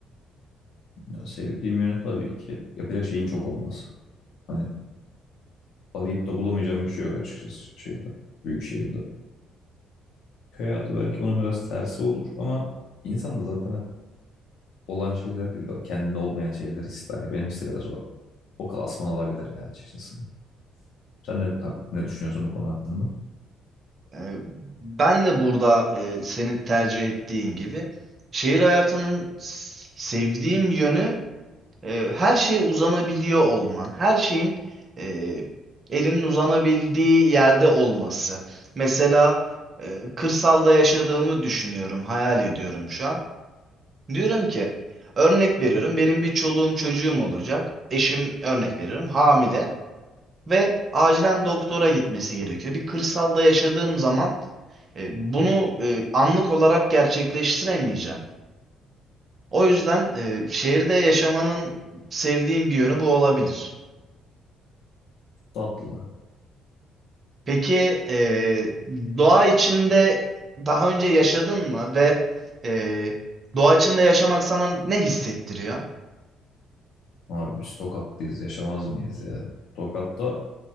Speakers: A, on the left; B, on the right.
A: Ya sevdiğim yönü tabii ki yapacak şeyin çok olması. Hani arayıp da bulamayacağım bir şey yok açıkçası şeyde, büyük şehirde. Köy hayatı belki bunun biraz tersi olur ama insan da zaten hep olan şeyler değil de kendine olmayan şeyler ister. Ya benim işte biraz o, o klasman olabilir ya açıkçası. Sen ne, hak- ne düşünüyorsun bu konu hakkında?
B: Ee, ben de burada e, senin tercih ettiğin gibi şehir hayatının s- sevdiğim yönü e, her şeye uzanabiliyor olman, her şeyin e, elinin uzanabildiği yerde olması. Mesela e, kırsalda yaşadığımı düşünüyorum, hayal ediyorum şu an. Diyorum ki, örnek veriyorum, benim bir çoluğum çocuğum olacak. Eşim örnek veriyorum hamile. ve acilen doktora gitmesi gerekiyor. Bir kırsalda yaşadığım zaman e, bunu e, anlık olarak gerçekleştiremeyeceğim. O yüzden e, şehirde yaşamanın sevdiğim bir yönü bu olabilir.
A: Tatlı.
B: Peki e, doğa içinde daha önce yaşadın mı ve e, doğa içinde yaşamak sana ne hissettiriyor?
A: Abi biz Tokat'tayız yaşamaz mıyız ya? Tokat'ta